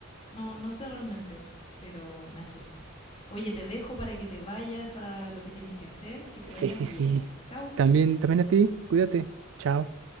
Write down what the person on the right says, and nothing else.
Sí,
sí,
sí.
También, también a ti, cuídate. Chao.